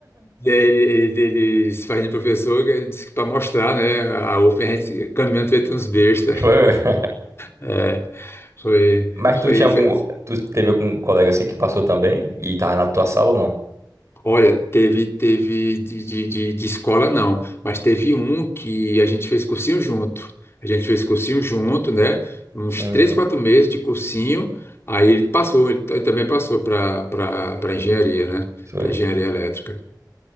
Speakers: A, on the left; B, on the right.
A: E aí ele, ele, ele se faz de professor, ele disse que para mostrar, né? A UFM, a gente caminhando feito uns besta.
B: foi, mesmo.
A: É, foi,
B: mas
A: foi,
B: tu tinha algum,
A: foi,
B: tu teve algum colega assim que passou também e tava na tua sala ou não?
A: Olha, teve, teve de, de, de, de escola não, mas teve um que a gente fez cursinho junto. A gente fez cursinho junto, né? Uns
B: Hum,
A: três, quatro meses de cursinho. Aí ele passou, ele, t- ele também passou para para engenharia, né?
B: foi.
A: Para engenharia elétrica.